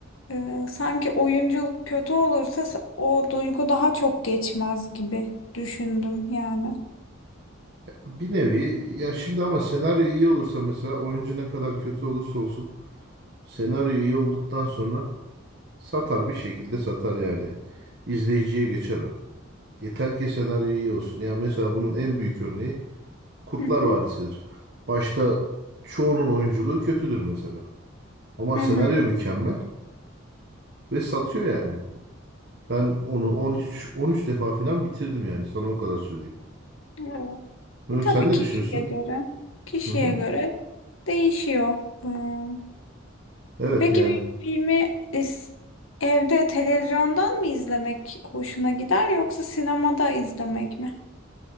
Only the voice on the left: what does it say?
e, sanki oyunculuk kötü olursa sa- o duygu daha çok geçmez gibi düşündüm yani.
Hı hı.
Hı
hı.
Evet.
E, tabii
kişiye
göre kişiye
göre değişiyor. Hmm.
Peki
bir filmi is- evde televizyondan mı izlemek hoşuna gider yoksa sinemada izlemek mi?